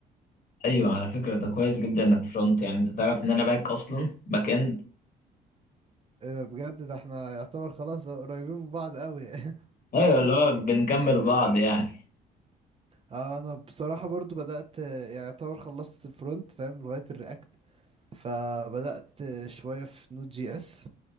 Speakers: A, on the left (about 50°); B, on the right (about 30°).
A: ايوه على فكره ده كويس جدا انك فرونت يعني انت تعرف ان انا باك اصلا باك اند
B: إيه ده بجد ده احنا يعتبر خلاص قريبين من بعض قوي <laughs>
A: ايوه اللي هو بنكمل بعض يعني
B: اه انا بصراحة برضو بدأت آه، يعني يعتبر خلصت الفرونت فاهم لغاية الرياكت فبدأت شوية في نود جي اس